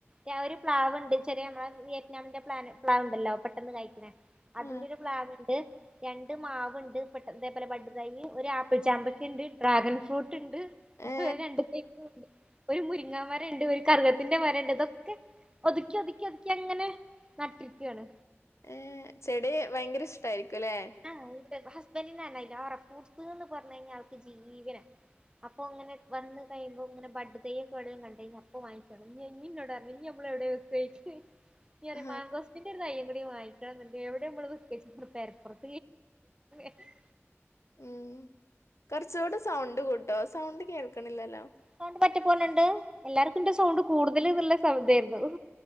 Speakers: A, on the right (about 20°); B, on the left (about 70°).
A: ഞാ ഒരു പ്ലാവ്ണ്ട് ചെറിയ നമ്മളെ വിയറ്റ്നാമിന്റെ പ്ലാൻ പ്ലാവ്ണ്ടല്ലോ പെട്ടെന്ന് കാഴിക്ക്ണേ അതിന്റെ
B: ആ
A: ഒരു പ്ലാവ്ണ്ട് ര ണ്ട് മാവുണ്ട് ബ തേ പോലെ ബഡ് തൈ ഒരു ആപ്പിൾ ചാമ്പക്കണ്ട് ഡ്രാഗൺ ഫ്രൂ ട്ട്ണ്ട്
B: ഏ
A: അതേ പോലെ രണ്ട് തേക്ക് ണ്ട് ഒരു മുരിങ്ങാമരണ്ട് ഒരു കറ് കത്തിന്റെ മരണ്ട് തൊക്കെ ഒതുക്കി ഒതുക്കി ഒതുക്കിഅങ്ങനെ നട്ടി രിക്കാണ്
B: ഏ ചെടി ഭയങ്കരഷ്ടായിരിക്കും ലെ
A: ആഹ് ണ്ട് ഹസ്ബൻറിനാണ് അയ് ലാറെ ഫ്രൂട്സ്ന്ന് പറഞ്ഞഴിഞ്ഞാൽ ആൾക്ക് ജീവനാ അപ്പൊ അങ്ങനെ വന്ന് കഴിയുമ്പോ ഇങ്ങനെ ബഡ് തയൊക്കെവിടേലും കണ്ടു കഴിഞ്ഞ അപ്പോ വാങ്ങക്കളും ഞി ഞ്ഞിന്നോടർ ഞ്ഞും നമ്മളെവിടെ <unintelligible> ഇഞ്ഞറിം
B: ആ
A: മാഗോസിന്റെറ ഒരു തയ്യും കൂടി വങ്ങിക്കണംന്ന്ണ്ട് എവിടെ മ്മളത് വെക്കായ്ച്ച് ഞാ പറ്ഞ് പെര പൊർ <unintelligible>
B: ഏ ഹേ കുറച്ചൂടെ സൗണ്ട് കൂട്ടോ സൗണ്ട് കേൾക്ക്ണില്ലല്ലോ
A: സൗണ്ട് പറ്റപ്പോണ് ണ്ട് എല്ലാർക്കുംന്റെ സൗണ്ട് കൂടുതൽ ന്ന്ള്ള സൗ തെയ്രുന്നു